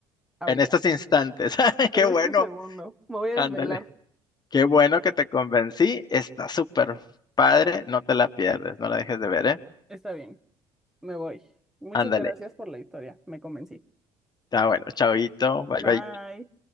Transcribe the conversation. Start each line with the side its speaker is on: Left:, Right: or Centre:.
Centre: ahorita.
Left: en estos instantes. <laughs> Qué
Centre: En
Left: bueno,
Centre: este segundo, me voy a
Left: ándale,
Centre: desvelar.
Left: qué bueno que te convencí, está súper padre, no te la pierdes, no la dejes de ver, ¿eh?
Centre: Está bien, me voy. Muchas
Left: Ándale,
Centre: gracias por la historia, me convencí.
Left: está bueno, chaoito, bye
Centre: Bye.
Left: bye.